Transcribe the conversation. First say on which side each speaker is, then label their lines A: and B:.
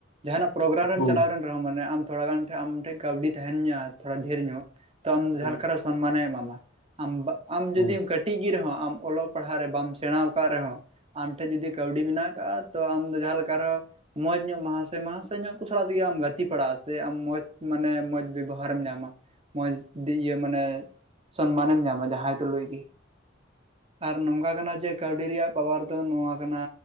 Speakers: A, on the right; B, on the left.
A: ᱡᱟᱦᱟᱱᱟᱜ ᱯᱨᱳᱜᱨᱟᱢ ᱨᱮᱢ
B: ᱦᱩᱸ
A: ᱪᱟᱞᱟᱣ ᱞᱮᱱ ᱨᱮᱦᱚᱸ ᱢᱟᱱᱮ ᱟᱢ ᱛᱷᱚᱲ ᱜᱟᱱ ᱟᱢ ᱴᱷᱮᱱ ᱠᱟᱹᱣᱰᱤ <inaudible> ᱛᱷᱚᱲᱟ ᱰᱷᱮᱨ ᱧᱚᱜ ᱛᱚ ᱟᱢ
B: ᱦᱩᱸ
A: ᱡᱟᱦᱟᱸᱞᱮᱠᱟ ᱨᱮᱦᱚ ᱥᱚᱱᱢᱟᱱᱮ ᱮᱢᱟᱢᱟ ᱟᱢ ᱟᱢ
B: ᱦᱩᱸ
A: ᱡᱩᱫᱤᱢ ᱠᱟᱹᱴᱤᱡ ᱴᱤᱡ ᱜᱮ ᱨᱮᱦᱚᱸ ᱟᱢ ᱚᱞᱚᱜ ᱯᱟᱲᱦᱟᱜ ᱨᱮ ᱵᱟᱢ ᱥᱮᱬᱟᱣ ᱟᱠᱟᱜ ᱨᱮᱦᱚᱸ ᱟᱢ ᱴᱷᱮᱡ ᱡᱚᱫᱤ ᱠᱟᱹᱣᱰᱤ ᱢᱮᱱᱟᱜ ᱟᱠᱟᱜ-ᱟ ᱛᱚ ᱟᱢ ᱫᱚ ᱡᱟᱦᱟᱸ ᱞᱮᱠᱟ ᱨᱮᱦᱚᱸ ᱢᱚᱸᱡᱽ ᱧᱚᱜ ᱢᱟᱦᱟᱥᱚᱭ ᱢᱟᱦᱟᱥᱚᱭ ᱧᱚᱜ ᱠᱚ ᱥᱟᱞᱟᱜ ᱛᱮᱜᱮ ᱟᱢ ᱜᱟᱛᱮ ᱯᱟᱲᱟᱜᱼᱟ ᱥᱮ ᱟᱢ ᱢᱚᱸᱡᱽ ᱢᱟᱱᱮ ᱢᱚᱸᱡᱽ ᱵᱮᱵᱚᱦᱟᱨᱮᱢ ᱧᱟᱢᱟ᱾ ᱢᱚᱡᱽ ᱤᱭᱟᱹ ᱢᱟᱱᱮ ᱥᱚᱱᱢᱟᱱᱮᱢ ᱧᱟᱢᱟ ᱡᱟᱦᱟᱸᱟᱭ ᱛᱩᱞᱩᱭ ᱜᱮ᱾ ᱟᱨ ᱱᱚᱝᱠᱟ ᱠᱟᱱᱟ ᱡᱮ ᱠᱟᱹᱣᱰᱤ ᱨᱮᱭᱟᱜ ᱯᱟᱣᱟᱨ ᱫᱚ ᱱᱚᱣᱟ ᱠᱟᱱᱟ,